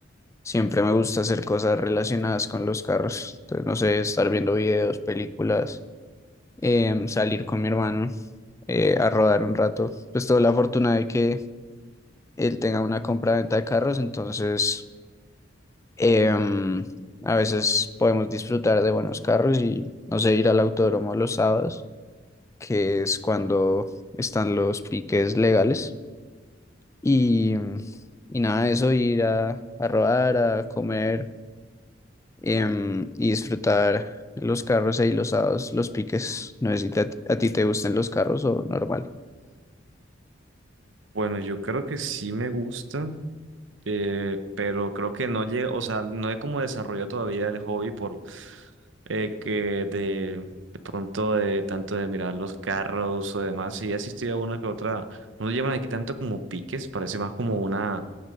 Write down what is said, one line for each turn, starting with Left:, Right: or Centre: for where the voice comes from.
Left: siempre me gusta hacer cosas relacionadas con los carros. Entonces, no sé, estar viendo videos, películas, em, salir con mi hermano eh, a rodar un rato. Pues tuve la fortuna de que él tenga una compra-venta de carros, entonces Em, a veces podemos disfrutar de buenos carros y, no sé, ir al autódromo los sábados, que es cuando están los piques legales. Y, mm, y nada de eso, ir a, a rodar, a comer em, y disfrutar los carros ahí los sábados, los piques. No sé si te- a ti te gustan los carros o normal.
Right: Bueno, yo creo que sí me gusta, eh, pero creo que no llego, o sea, no he como desarrollado todavía el hobby por eh, que de, de pronto de tanto de mirar los carros o demás. Sí he asistido a una que otra, no lo llaman aquí tanto como piques, parece más como una